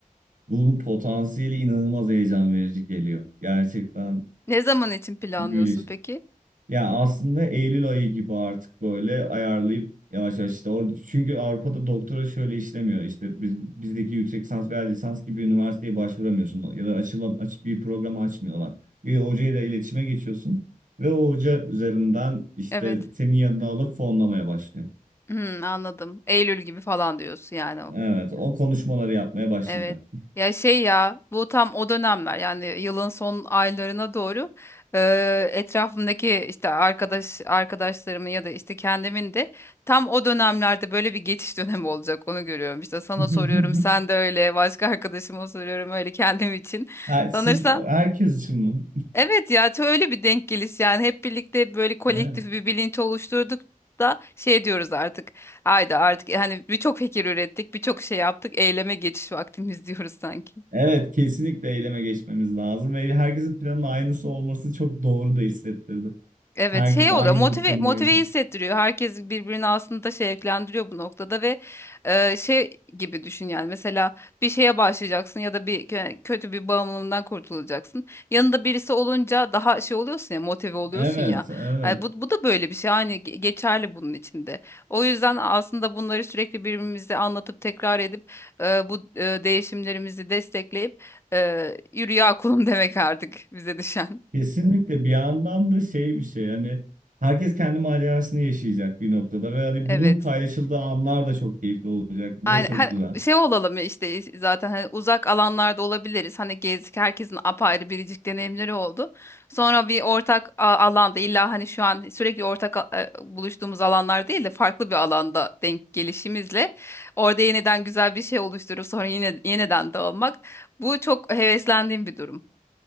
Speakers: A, on the right (about 65°); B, on the left (about 20°).
A: Bunun potansiyeli inanılmaz heyecan verici geliyor. Gerçekten
B: Ne zaman için planlıyorsun
A: büyüleyici
B: peki?
A: ya aslında Eylül ayı gibi artık böyle ayarlayıp yavaş yavaş işte orada çünkü Avrupa'da doktora şöyle işlemiyor işte biz bizdeki yüksek lisans veya lisans gibi üniversiteye başvuramıyorsun ya da açılan aç bir programı açmıyorlar. Bir hocayla iletişime geçiyorsun ve o hoca üzerinden işte
B: Evet.
A: senin yanına alıp fonlamaya başlıyor.
B: Hmm, anladım. Eylül gibi falan diyorsun yani
A: Evet, o konuşmaları yapmaya başlayacağım.
B: Evet. Ya şey ya bu tam o dönemler yani yılın son aylarına doğru eee, etrafımdaki işte arkadaş arkadaşlarımın ya da işte kendimin de tam o dönemlerde böyle bir geçiş dönemi olacak onu görüyorum. İşte sana
A: <laughs>
B: soruyorum sen de öyle başka arkadaşıma soruyorum öyle kendim için.
A: Ha,
B: Sanırsam
A: siz herkes için mi?
B: evet ya çok öyle bir denk geliş yani hep birlikte böyle kolektif
A: Evet.
B: bir bilinç oluşturduk da şey diyoruz artık. Haydi artık e, hani birçok fikir ürettik, birçok şey yaptık. Eyleme geçiş vaktimiz <laughs> diyoruz sanki.
A: Evet, kesinlikle eyleme geçmemiz lazım ve herkesin planının aynısı olması çok doğru da hissettirdi.
B: Evet
A: Herkesin
B: şey
A: aynı
B: oluyor motive
A: bıkkınlığı
B: motive
A: yaşadı.
B: hissettiriyor herkes birbirini aslında şevklendiriyor bu noktada ve e, şey gibi düşün yani mesela bir şeye başlayacaksın ya da bir kö- kötü bir bağımlılığından kurtulacaksın yanında birisi olunca daha şey oluyorsun ya motive oluyorsun
A: Evet,
B: ya
A: evet.
B: Yani bu, bu da böyle bir şey hani ge- geçerli bunun içinde o yüzden aslında bunları sürekli birbirimize anlatıp tekrar edip e, bu e, değişimlerimizi destekleyip e, yürü ya kulum <laughs> demek artık bize düşen
A: Kesinlikle bir yandan da şey bir şey hani herkes kendi macerasını yaşayacak bir noktada ve hani
B: evet.
A: bunun paylaşıldığı anlar da çok keyifli olacak. Bu
B: Aynen.
A: da çok
B: Hani
A: güzel.
B: şey olalım ya işte zaten hani uzak alanlarda olabiliriz. Hani gezdik herkesin apayrı biricik deneyimleri oldu. Sonra bir ortak a- alanda illa hani şu an sürekli ortak a- e, buluştuğumuz alanlar değil de farklı bir alanda denk gelişimizle orada yeniden güzel bir şey oluşturup sonra yine yeniden dağılmak. Bu çok heveslendiğim bir durum